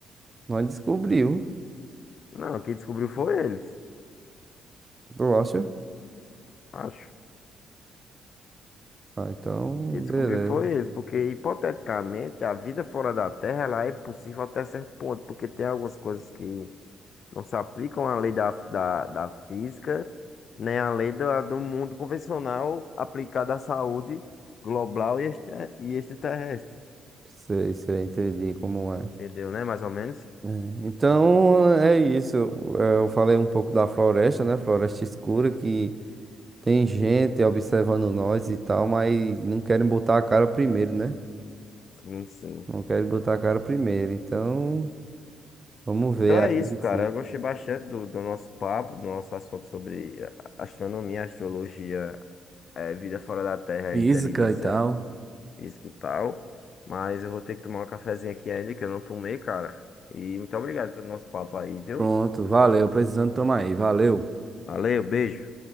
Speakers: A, on the right; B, on the left.
A: nós descobriu,
B: Não, quem descobriu foi eles,
A: tu acha?
B: acho.
A: Ah, então,
B: Quem descobriu
A: beleza.
B: foi eles, porque hipoteticamente a vida fora da Terra ela é possível até certo ponto, porque tem algumas coisas que não se aplicam à lei da, da, da física, nem à lei da, do mundo convencional aplicada à saúde global e, extra, e extraterrestre.
A: Sei, sei, entendi como é.
B: Entendeu, né? Mais ou menos?
A: É, Então, é isso. É, Eu falei um pouco da floresta, né? Floresta escura que Tem gente observando nós e tal, mas não querem botar a cara primeiro, né?
B: Sim, sim.
A: Não querem botar a cara primeiro. Então, vamos
B: Então
A: ver
B: é
A: aí
B: isso, cara.
A: se.
B: Eu gostei bastante do, do nosso papo, do nosso assunto sobre eh, astronomia, astrologia, eh, vida fora da Terra,
A: Física
B: inteligência.
A: e tal.
B: física e tal. Mas eu vou ter que tomar um cafezinho aqui ainda, que eu não tomei, cara. E muito obrigado pelo nosso papo aí, viu?
A: Pronto, valeu. Precisando tomar aí, valeu.
B: Valeu, beijo.